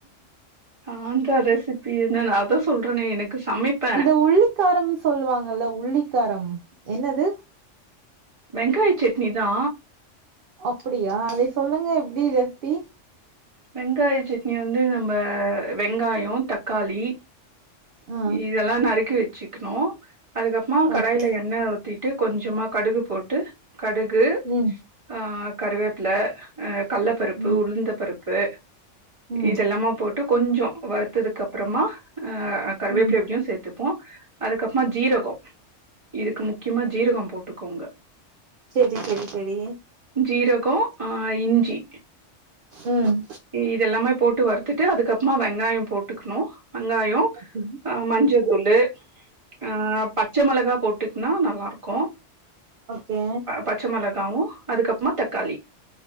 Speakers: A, on the right (about 25°); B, on the right (about 55°).
A: Andhra recipe என்ன, நாதா சொல்றேனே எனக்கு சமைப்ப
B: இந்த உள்ளிக்காரம் சொல்லுவாங்கல்ல உள்ளிக்காரம், என்னது
A: வெங்காய சட்னி தா.
B: அப்படியா, அதை சொல்லுங்க எப்டி ரெஸ்பி
A: வெங்காய சட்னி வந்து நம்ம வெங்காயோ தக்காளி
B: ஆ
A: இதெல்லா நறுக்கி வச்சுக்கிணு அதுக்கப்றமா கடாய்ல
B: ஓகே
A: எண்ண ஊத்தி ட்டு கொஞ்சமா கடுகு போட்டு கடுகு
B: ம்
A: ஆ கருவேப்பில அ கல்லப்பருப்பு,
B: ம்
A: உளுந்த பருப்பு
B: ம்
A: இதெல்லாம போட் டு கொஞ்சோ வருத்ததுக்கு அப்பறமா அ கருவேப்பில
B: ம்
A: எப்டியு சேத்துப்போ அது கப்மா ஜீரகோ இதுக்கு முக்கியமா ஜீரகோ போட்டுக்கோங்க
B: செரி செரி செரி
A: ஜீரகோ ஆ இஞ்சி
B: ம்
A: இதெல்லாமே போட்டு வறுத்துட்டு அதுக்கப்றமா வெங்காயோ போட்டுக்குணு வெங்காயோ
B: சரி.
A: அ மஞ்சதூளு ஆ பட் ச்சமொளகா போட்டுட்ன்னா நல்லா இருக்கு
B: ஓகே
A: பச்ச மெளகாவு அதுக்கப்றமா தக்காளி